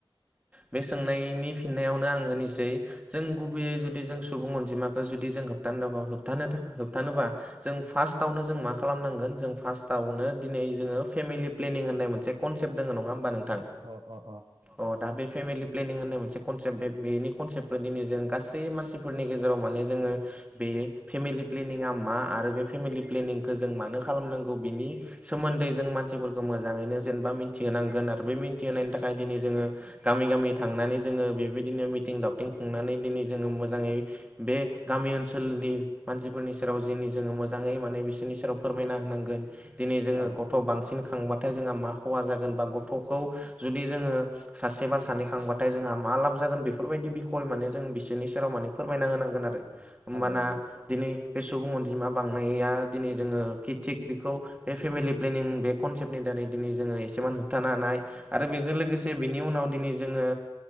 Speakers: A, on the right; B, on the right.
A: बे सोंनायनि फि फिननायावनो आं होनोसै जों गुबैयै जुदि जों सुबुं अनजिमाखौ जुदि जों होब्थानोबा होब थानो थाखा होबथानोबा जों फार्स्टआवनो जों मा खालामनांगोन जों फार्स्टआवनो दिनै जोङो फेमिलि प्लेनिं होननाय मोसे कनसेपट दङ, नङा होमबा नोंथां?
B: अ अ अ।
A: अ दा बे फेमिलि प्लेनिं होननाय मोनसे कनसेप्ट बे बेनि कनसेप्टफोर दिनै जों गासै मानसि फोरनि गेजेराव माने जोङो बे फेमिलि प्लेनिंआ मा आरो बे फेमिलि प्लेनिंखौ जों मानो खालामनांगौ बिनि सोमोन्दै जों मानसिफोरखौ मोजाङैनो जेनेबा मिथिहोनांगोन आरो बे मिन्थिहोनायनि थाखाय दिनै जोङो गामि गामि थांनानै जोङो बेबायदिनो मिथिं दावथिं खुंनानै दिनै जोङो मोजाङै बे गामि ओनसोलनि मानसिफोरनि सेराव दिनै जोङो मोजाङै माने बिसोरनि सेराव फोरमायना होनांगोन। दिनै जोङो
B: अ औ
A: ग' थ' बांसिन खांबाथाय जोंहा मा खहा जागोन बा गथ'खौ जुदि जोङो सासे बा सानै खांबाथाय जोंहा मा लाब जागोन बेफोरबायदि बिखय माने जों बिसोरनि सेराव माने फोरमायना होनांगोन आरो। होमबाना
B: औ औ नंगौ
A: दिनै बे सुबुं अनजिमा बांनाया दिनै जोङो खिथिक बेखौ बे फेमिलि प्लेनिं बे कनसेप्टनि दारै दिनै जोङो एसेबान होबथानो हानाय आरो बेजों लोगोसे बिनि उनाव दिनै जोङो